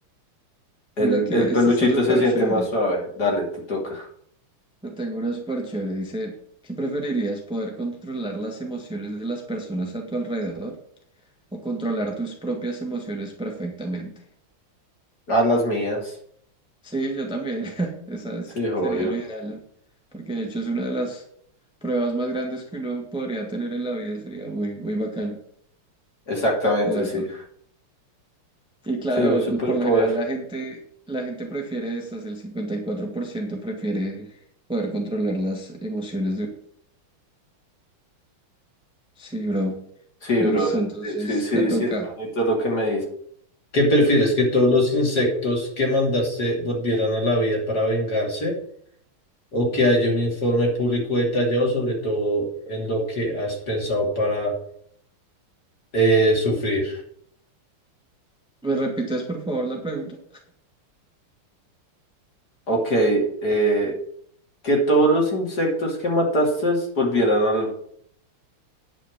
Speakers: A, on the left; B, in the centre.
A: El,
B: Mira que
A: el
B: esta
A: peluchito
B: está súper
A: se siente
B: chévere.
A: más suave. Dale, te toca.
B: Yo tengo una súper chévere. Dice, ¿qué preferirías? ¿Poder controlar las emociones de las personas a tu alrededor o controlar tus propias emociones perfectamente?
A: A las mías.
B: Sí, yo también. <laughs> Esa es-
A: Sí, obvio.
B: sería lo ideal, ¿no? Porque de hecho es una de las pruebas más grandes que uno podría tener en la vida. Sería muy, muy bacano
A: Exactamente,
B: poder
A: sí.
B: con... Y claro,
A: Sería un superpoder.
B: por lo general la gente, la gente prefiere estas. El 54% prefiere poder controlar las emociones de... Sí, bro.
A: Sí,
B: Listo,
A: brother.
B: entonces
A: Sí, sí, sí,
B: te toca.
A: sí, es bonito lo que me dices. ¿Qué prefieres? ¿Que todos los insectos que mandaste volvieran a la vida para vengarse? o que haya un informe público detallado sobre todo en lo que has pensado para eh, sufrir.
B: ¿Me repites por favor la pregunta?
A: Ok, eh, que todos los insectos que mataste volvieran a la...